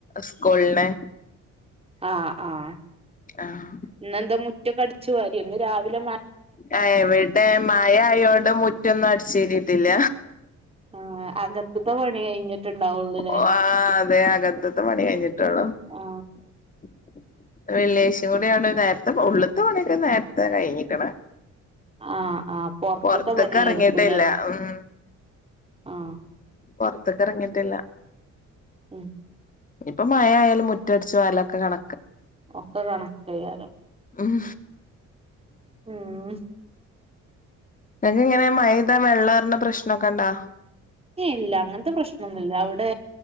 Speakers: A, on the left; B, on the right.
A: സ്കൂൾണ്
B: ആഹ ആഹ
A: ആഹ്
B: ഇന്നന്താ മുറ്റൊക്കെ അടിച്ചു വാരിയോ ഇന്ന് രാവില
A: ആ എവിടെ മാഴയോണ്ട് മുറ്റൊന്നും അടിച്ചരിട്ടില്ല
B: ആ അകത്തത്തെ പണി കഴിഞ്ഞിട്ടുണ്ടാവുള്ളൂല്ലേ
A: ഓ ആ അതെ അകത്തത്തെ പണി കഴിഞ്ഞിട്ടുള്ളൂ
B: ആ
A: ഉ വെള്ളിയാഴ്ച കൂടി ആയോണ്ട് നേരത്തെ ഉള്ള്ത്ത പണിക്കെ നേര്ത്തെ കഴിഞ്ഞിക്ക്ണ്.
B: ആ ആ പൊറത്തത്തെ
A: പൊർത്ത്ക്ക്
B: പണിയായിരിക്കുംല്ലേ
A: എർങ്ങീട്ടില്ല ഉം.
B: ആ
A: പൊർത്ത്ക്ക് എർങ്ങീട്ടില്ല.
B: ഉം.
A: ഇഞ്ഞ് ഇപ്പൊ മഴയാലും മുറ്റട്ച്ചു വാരലൊക്കെ കണ
B: ഒക്കെ കണക്കേക്കാരം.
A: ഉം
B: ഉം
A: അങ്ങിനിയനെ മഴയ്ത വെള്ളേറ്ണ പ്രശ്നൊക്കണ്ടാ
B: ഇല്ല അങ്ങനാത്തെ പ്രശ്നൊന്നില്ല അവ്ടെ